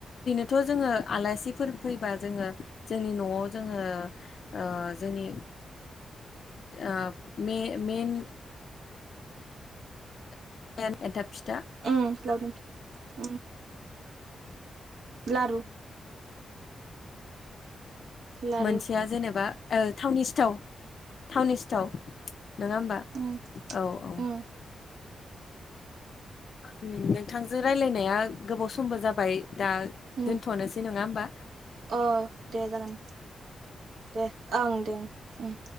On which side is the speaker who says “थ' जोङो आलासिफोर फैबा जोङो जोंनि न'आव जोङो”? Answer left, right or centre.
Left